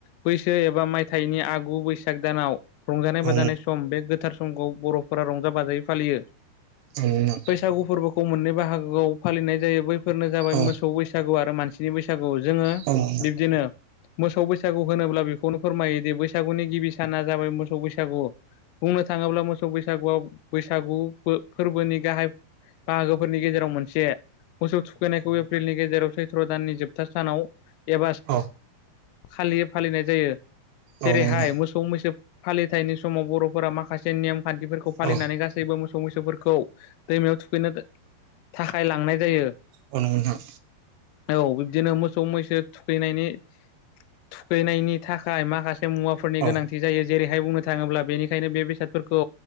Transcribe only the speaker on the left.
बैसो एबा मायथाइनि आगु बैसाग दानाव रंजानाय बाजानाय
सम बे गोथार समखौ बर'फोरा रंजा बाजायै फालियो।
बैसागु फोरबोखौ मोननै बाहागोआव फालिनाय जायो बै फोरनो जाबाय
मोसौ बैसागु आरो मानसिनि बैसागु जोङो
बिब्दिनो मोसौ बैसागु होनोब्ला बेखौनो फोरमायोदि बैसागुनि गिबि साना जाबाय मोसौ बैसागु। बुंनो थाङोब्ला मोसौ बैसागुआव बैसागु‌ फो-फोरबोनि गाहाय बाहागोफोरनि गेजेराव मोनसे। मोसौ थुखैनायखौ एप्रिलनि गेजेराव सैथ्र' दाननि जोबथा सानाव एबा
खालि फालिनाय जायो जेरैहाय
मोसौ मैसो फालिथायनि समाव बर'फोरा माखासे नेयम खान्थिफोरखौ फालिनानै
गा मोसौ मैसोफोरखौ दैमायाव थुखैनो थाखाय लांनाय जायो।
औ बिब्दिनो मोसौ मैसो थुखैनायनि थुखैनायनि थाखाय माखा से मुवाफोरनि
गोनांथि
जायो जेरैहाय बुंनो थाङोब्ला बेनिखायनो बे बेसादफोरखौ